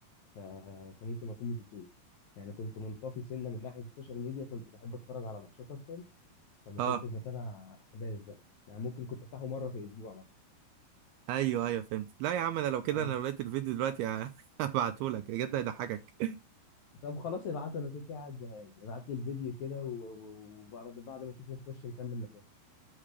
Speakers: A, on the left (about 70°); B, on the right (about 80°).
A: ف... فممكن ما اكون ما شفتوش يعني كنت منطفي سنه من ناحيه السوشيال ميديا كنت بحب اتفرج على ماتشات اكتر فما
B: اه
A: كنتش بتابع احداث بقى يعني ممكن كنت افتحه مره في الاسبوع مثلا
B: ايوه ايوه فهمت لا يا عم انا لو كده
A: اه
B: انا لو لقيت الفيديو دلوقتي <laughs> هبعته لك بجد هيضحكك
A: طب خلاص ابعته انا كده كده قاعد زهقان ابعت لي الفيديو كده و- و- وبعد بعد ما اشوفه نخش نكمل نقاش